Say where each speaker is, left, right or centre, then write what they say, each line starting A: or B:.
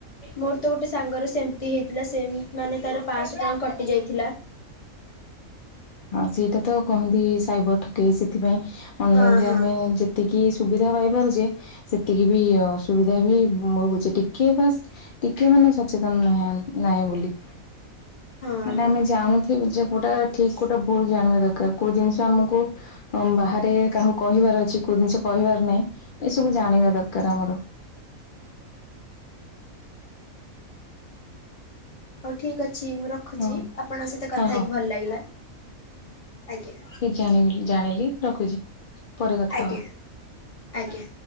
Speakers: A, on the left (about 30°); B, on the left (about 65°).
A: ମୋର ତ ଗୋଟେ ସାଙ୍ଗର ସେମିତି ହେଇଥିଲା ସେମ୍ ମାନେ ତାର ପାଆଶହ ଟଙ୍କା କଟି ଯାଇଥିଲା।
B: ହଁ ସେଇଟା ତ କହନ୍ତି ସାଇବର ଠକେଇ ସେଥିପାଇଁ ଅନଲାଇନ
A: ହଁ
B: ରେ
A: ହଁ
B: ଆମେ ଯେ ଜେତିକି ସୁବିଧା ପାଇପାରୁଛେ ସେତିକି ବି ଅସୁବିଧା ବି ଭୋଗୁଛି ଟିକେ ବାସ୍ ଟିକେ ମାନେ ସଚେତନ ନାହିଁ ନାଇଁ ବୋଲି।
A: ହଁ
B: ମାନେ
A: ହଁ।
B: ଆମେ ଜାଣୁଥିବୁ ଯେ କୋଉଟା ଠିକ୍ କୋଉଟା ଭୁଲ ଜାଣିବା ଦରକାର କୋଉ ଜିନିଷ ଆମକୁ ବାହାରେ କାହାକୁ କହିବାର ଅଛି କୋଉ ଜିନିଷ କହିବାର ନାହିଁ ଏସବୁ ଜାଣିବା ଦରକାର ଆମର।
A: ହଉ ଠିକ ଅଛି ମୁଁ ରଖୁଛି
B: ହଁ
A: ଆପଣଙ୍କ ସହିତ କଥା
B: ହଁ ହଁ
A: ହେଇକି ଭଲ ଲାଗିଲା ଆଜ୍ଞା।
B: ଜଣେ ବୋଲି ଜାଣିଲି ରଖୁଛି। ପରେ କଥା
A: ଆଜ୍ଞା
B: ହବା।
A: ଆଜ୍ଞା।